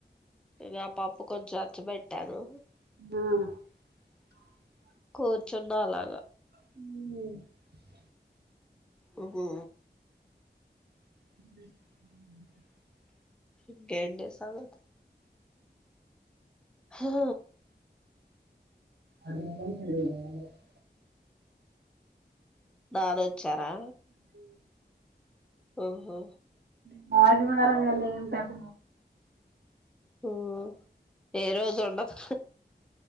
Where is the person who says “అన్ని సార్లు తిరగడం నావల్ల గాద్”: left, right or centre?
Right